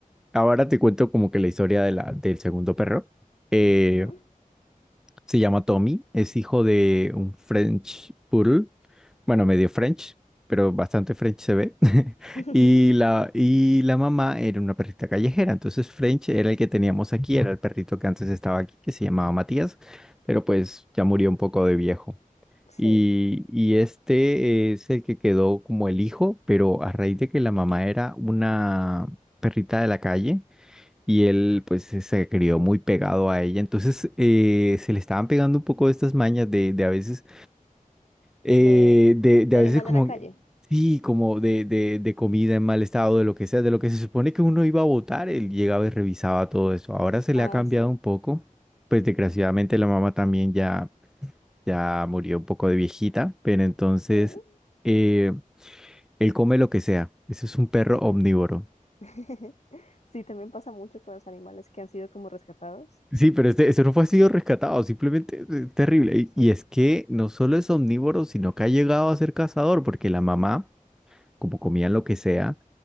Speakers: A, in the centre; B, on the left.
A: ahora te cuento como que la historia de la, del segundo perro. Eh,
B: Bueno,
A: Se llama Tommy, es hijo de un French Poodle, bueno, medio French, pero bastante French se ve. <laughs>
B: eh, ujú.
A: Y la, y la mamá era una perrita callejera, entonces French era el que teníamos aquí, era el perrito que antes estaba aquí, que se llamaba Matías, pero pues ya murió un poco de viejo.
B: <laughs> Sí.
A: Y, y este es el que quedó como el hijo, pero a raíz de que la mamá era una perrita de la calle y él pues se se crió muy pegado a ella. Entonces eh, se le estaban pegando un poco estas mañas de, de a veces, eh,
B: De,
A: de, de
B: de
A: a
B: animales
A: veces como,
B: de la calle.
A: sí, como de, de, de comida en mal estado, de lo que sea, de lo que se supone que uno iba a votar, él llegaba y revisaba todo eso. Ahora se
B: Ah,
A: le ha cambiado
B: Claro. sí,
A: un poco. Pues desgraciadamente la mamá también ya, ya murió un poco de viejita, pero entonces
B: sí.
A: eh, él come lo que sea. Ese es un perro omnívoro.
B: <laughs> Sí. Sí, también pasa mucho con los animales que han sido como rescatados.
A: Sí, pero este, este no fue sido rescatado, simplemente eh, terrible. Y, y es que no solo es omnívoro, sino que ha llegado a ser cazador, porque la mamá, como comían lo que sea,